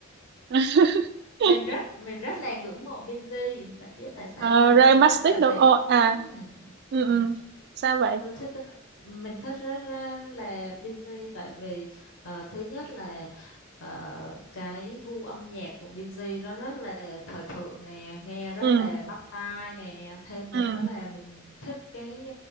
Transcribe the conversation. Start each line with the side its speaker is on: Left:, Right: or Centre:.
Right: <laughs>
Left: mình rất mình rất là ngưỡng mộ Binz bạn biết tại sao
Right: Ờ,
Left: không
Right: Ray
Left: thứ nhất
Right: Mastic
Left: là vì
Right: đâu Ồ, à
Left: ừm,
Right: ừ,
Left: ừm
Right: ừ. sao vậy
Left: tôi thích ra- mình thích rất ra là Binz tại vì ờ, thứ nhất là ờ, cái gu âm nhạc của Binz nó rất là thời thượng nè nghe rất
Right: ừ
Left: là bắt tai nè thêm nữa
Right: ừ
Left: là mình thích cái